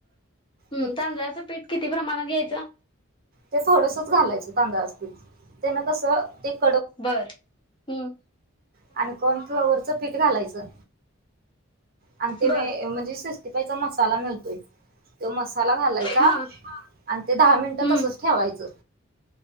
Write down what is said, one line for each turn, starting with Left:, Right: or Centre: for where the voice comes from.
Left: हम
Right: पीठ
Left: तांदळाचं पीठ किती प्रमाणात घ्यायचं.
Right: ते थोडसच घालायचं तांदळा पीठ तेन कसं एक
Left: बर, हम्.
Right: आणि कॉर्न फ्लॉवरचं पीठ घालायचं. आणि ते
Left: बर
Right: म्हणजे सेस्तीपायचा मसाला मिळतोय. ते मसाला घालायचा
Left: हा
Right: आणि ते दहा मिनटं
Left: हम्म
Right: तसच ठेवायचं.